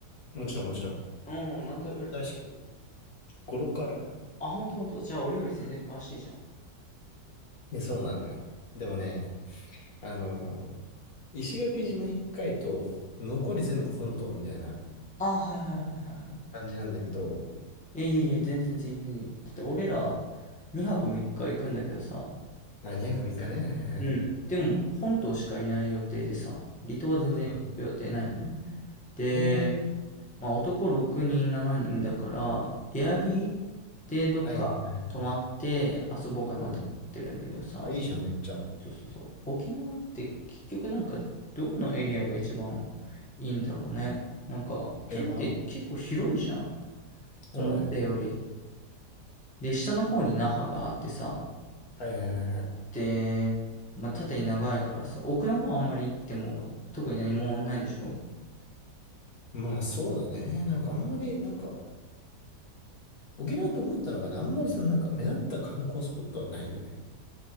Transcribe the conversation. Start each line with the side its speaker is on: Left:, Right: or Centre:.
Left: もちろんもちろん。
Centre: うん、何回ぐらい。
Left: 沖縄大好きよ。5、6個あるのよ。
Centre: あ、ほんとほんと。じゃあ俺より全然詳しいじゃん。
Left: うんいや、そうなのよ。でもね、あのー石垣島1回と、残り全部本島みたいな
Centre: ああ、はいはいはいはいはい。
Left: 感じなんだけど、
Centre: いやいやいや、全然全然いい。だって俺ら2泊3日行くんだけどさ、
Left: あ、2泊3日ね。はいはい。
Centre: うん。でも本島しかいない予定でさ、離島は全然行く予定ないのね。
Left: うん
Centre: で、
Left: うん。えー、
Centre: まあ男6人7人だから、エアビーでどっか泊まって遊ぼうかなと思ってるんだけどさ、
Left: はいはいはい。うん。あ、いいじゃん、めっちゃ。
Centre: そうそうそう。沖縄って結局なんかどこのエリアが一番いいんだろうね。なんか沖縄って結構広いじゃん。
Left: 沖縄
Centre: 思ったより。
Left: そうね。
Centre: で、下の方に那覇があってさ、
Left: はいはいはいはい。
Centre: て、まあ、縦に長いからさ、奥の方あんまり行っても特に何もないんでしょう
Left: まあそうだね。なんかあんまり、なんか、沖縄と思ったのがね、あんまりそのなんか目立った観光スポットはないよね。